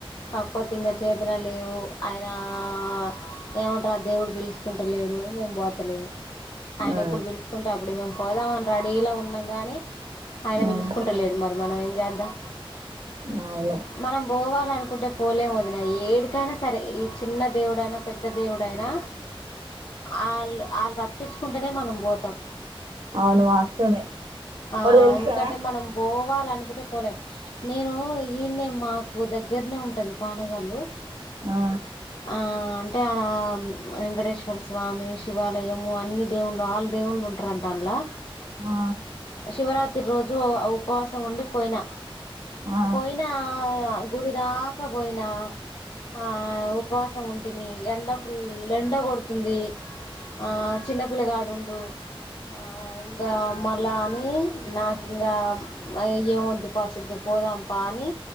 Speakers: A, on the left; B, on the right.
A: కాకపోతే ఇంగ చేతుల లేవు ఆయన ఆ ఏమంటారు ఆ దేవుడు పిలుసుకుంట లేడు మేము పోతలేము ఆయన
B: ఆ
A: ఎప్పుడు పిలుచుకుంటే అప్పుడే మేము పోదాం అని రెడీలో ఉన్నాం కాని ఆయన
B: ఉమ్,
A: పిలుసుకుంటలేడు మరి మనం ఏం చేద్దాం
B: అవును
A: మనం పోవాల అనుకుంటే పోలేము వదిన ఏడికైనా సరే ఈ చిన్న దేవుడైనా పెద్ద దేవుడైనా ఆ అల్లు అల్లు వాళ్ళు రప్పించుకుంటేనే మనం పోతాం
B: అవును వాస్తవమే
A: ఆ
B: ఒకటి తెలుసా
A: ఎందుకటే మనం పో పోవాల అనుకుంటే పోలెం నేను ఈడనే మాకు దగ్గరనే ఉంటది పానగాళ్ళు
B: ఆ
A: ఆ అంటే ఆడ వెంకటేశ్వర స్వామి శివాలయము అన్ని దేవుళ్లు ఆల్ దేవుళ్ళు ఉంటారంటా అందులో
B: ఆ
A: శివరాత్రి రోజు ఉపవాసం ఉండి పోయినా
B: ఆ
A: పోయినా గుడి దాకా పోయినా ఆ ఉపవాసం ఉంటిని ఎండ ఫుల్ ఎండ కొడుతుంది, ఆ చిన్న పల్లగాడుండు ఆ ఇంకా మళ నాకు ఇంకా ఏం వద్దు పసిద్దు పోదాంపా అని